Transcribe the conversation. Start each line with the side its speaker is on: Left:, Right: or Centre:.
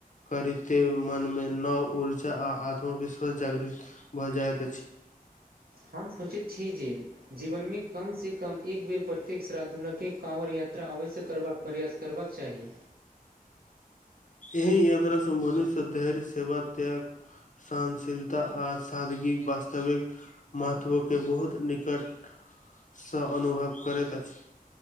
Left: करिते मनमे नव ऊर्जा आ आत्मविश्वास जागृत भऽ जाइत अछि।
Right: हम सोचैत छी। जे जीवनमे कम सँ कम एक बेर प्रत्येक श्रद्धालुकेँ काँवर यात्रा अवश्य करबाक चाही। प्रयास करबाक चाही।
Left: एहि यात्रा से मनुष्य धैर्य सेवा त्याग सहनशीलता आ सादगिक वास्तविक महत्वके बहुत निकटसँ अनुभव करैत अछि।